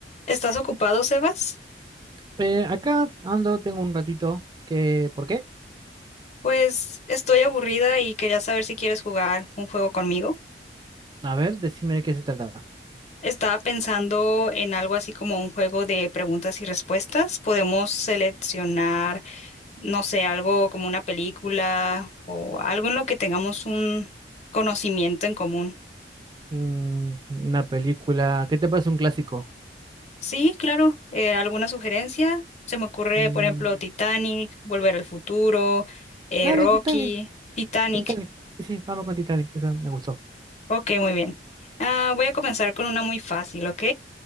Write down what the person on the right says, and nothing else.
Eh, acá ando, tengo un ratito que... ¿Por qué?
A ver, decime de qué se trata.
Mm, una película... ¿Qué te parece un clásico?
Y...
Dale,
Titanic.
Titanic. Sí, sí, vamos con Titanic. Esa me gustó.